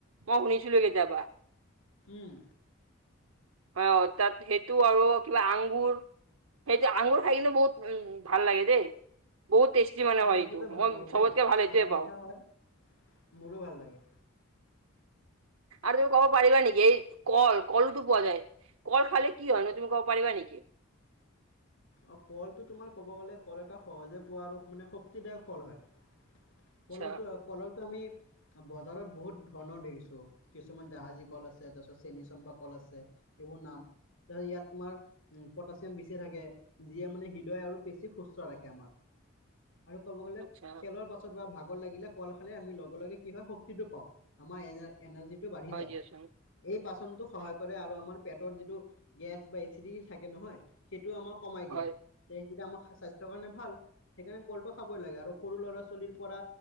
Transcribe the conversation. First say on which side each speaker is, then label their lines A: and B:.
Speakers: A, on the right; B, on the left.
A: মই শুনিছিলো কেতিয়াবা।
B: উম।
A: অ' অ' তাত সেইটো আৰু কিবা আংগুৰ। সেইটো আঙুৰ খাই কিনো বহুত উম ভাল লাগে দেই। বহুত টেষ্টি মানে
B: অ'
A: হয়
B: এইটোতো
A: এইটো,
B: ভাল
A: মই
B: লাগে দেই।
A: চবতকে ভাল এইটোৱে
B: অ' মিঠা
A: পাওঁ।
B: হয়, মোৰো ভাল লাগে।
A: আৰু তুমি ক'ব পাৰিবা নেকি, এই কল কলটো পোৱা যায়। কল খালে কি হয় নো তুমি কব পাৰিবা নেকি!
B: অ, কলটো তোমাৰ ক'ব গ'লে, কল এটা সহজে পোৱা আৰু শক্তিদায়ক ফল হয়।
A: আচ্ছা
B: কলৰটো, কলৰটো আমি বজাৰত বহুত ধৰণৰ দেখিছোঁ, কিছুমান জাহাজী কল আছে, তাৰপিছত চেনি চম্পা কল আছে। এইবোৰ নাম তাৰিছত ইয়াত তোমাৰ উম, পটাছিয়াম বেছি থাকে। যিয়ে মানে হৃদয় আৰু বেছি সুস্থ ৰাখে আমাৰ, আৰু ক'ব গ'লে
A: আচ্ছা
B: খেলৰ পা ছত বা ভাগৰ লাগিলে, কল খালে আমি লগে-লগে কি হয়, শক্তি টো পাওঁ। আমাৰ এনাজ এনাৰ্জিটো বাঢ়ি
A: হয়
B: যায়।
A: দিয়াচোন
B: এই পাচনতো সহায় কৰে আৰু আমাৰ পেটৰ যিটো গেছ বা এচিডিটি থাকে নহয় সেইটো আমাৰ কমাই দিয়ে।
A: হয়
B: সেইটো আমাৰ স্বাস্থ্যৰ কাৰণে ভাল। সেইকাৰণে কলটো খাবই লাগে, আৰু সৰু ল'ৰা-ছোৱালীৰ পৰা